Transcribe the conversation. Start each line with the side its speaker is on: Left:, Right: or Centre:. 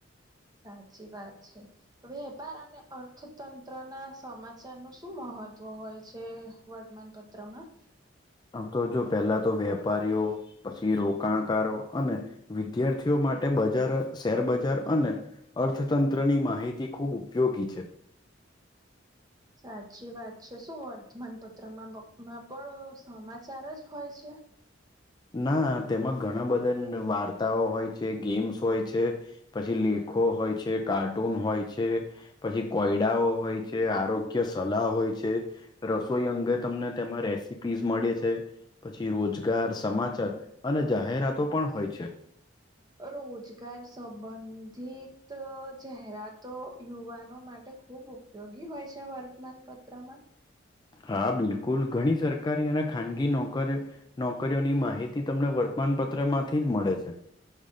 Right: સાચી વાત છે. વેપાર અને અર્થતંત્રના સમાચારનું શું મહત્વ હોય છે? વર્તમાનપત્રમાં?
Left: આમતો જો પહેલાતો વેપારીઓ, પછી રોકાણકારો અને વિદ્યાર્થીઓ માટે બજાર શેરબજાર અને અર્થતંત્રની માહિતી ખૂબ ઉપયોગી છે.
Right: સાચી વાત છે શું વર્તમાનપત્રમાંમાં પણ સમાચાર જ હોય છે?
Left: ના તેમાં ઘણા બધા વાર્તાઓ હોય છે ગેમ્સ હોય છે. પછી લેખો હોય છે કાર્ટૂન હોય છે. પછી કોયડાઓ હોય છે, આરોગ્ય સલાહ હોય છે. રસોઈ અંગે તમને તેમાં રેસીપીઝ મળે છે, પછી રોજગાર સમાચાર અને જાહેરાતો પણ હોય છે.
Right: રોજગાર સંબંધિત જાહેરાતો યુવાનો માટે ખૂબ ઉપયોગી હોય છે વર્તમાન પત્રમાં?
Left: હા બિલકુલ ઘણી સરકારી અને ખાનગી નોકરી નોકરીઓની માહિતી તમને વર્તમાન પત્રમાંથી જ મળે છે.